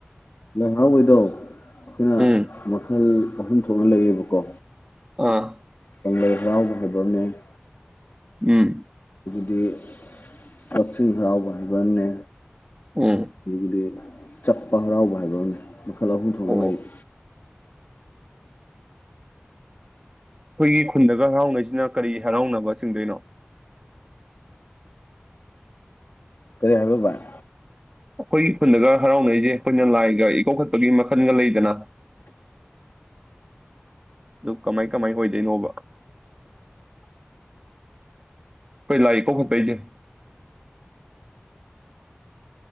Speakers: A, on the left; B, on the right.
A: ꯍꯔꯥꯎꯕꯩꯗꯣ ꯑꯩꯈꫭꯅ
B: ꯎꯝ
A: ꯃꯈꯜ ꯑꯍꯨꯝ ꯊꯣꯛꯅ ꯊꯣꯛꯅ ꯂꯩꯌꯦꯕꯀꯣ
B: ꯑꯥ
A: ꯀꯪꯂꯩ ꯍꯔꯥꯎꯕ ꯍꯥꯏꯕ ꯑꯃꯅꯦ
B: ꯎꯝ
A: ꯗꯤ ꯀꯛꯆꯤꯡ ꯍꯔꯥꯎꯕ ꯍꯥꯏꯕ ꯑꯃꯅꯦ
B: ꯎꯝ
A: ꯍꯧꯒꯤꯗꯤ ꯆꯛꯄ ꯍꯔꯥꯎꯕ ꯍꯥꯏꯕ ꯑꯃꯅꯦ ꯃꯈꯜ ꯑꯍꯨꯝ ꯊꯣꯛꯅ
B: ꯑꯣ
A: ꯂꯩ ꯎꯝ
B: ꯑꯩꯈꯣꯏꯒꯤ ꯈꯨꯟꯗꯒ ꯍꯔꯥꯎꯅꯩꯁꯤꯅ ꯀꯔꯤ ꯍꯔꯥꯎꯅꯕ ꯆꯤꯡꯗꯣꯏꯅꯣ
A: ꯀꯔꯤ ꯍꯥꯏꯕ ꯚꯥꯏ
B: ꯑꯩꯈꯣꯏꯒꯤ ꯈꯨꯟꯗꯒ ꯍꯔꯥꯎꯅꯔꯤꯁꯦ ꯑꯩꯈꯣꯏꯅ ꯂꯥꯏꯒ ꯏꯀꯣꯛꯈꯠꯄꯒꯤ ꯃꯈꯜꯒ ꯂꯩꯗꯅ ꯑꯗꯨ ꯀꯃꯥꯏ ꯀꯃꯥꯏ ꯑꯣꯏꯗꯣꯏꯅꯣꯕ ꯈꯣꯏ ꯂꯥꯏ ꯏꯀꯧꯈꯠꯄꯩꯁꯦ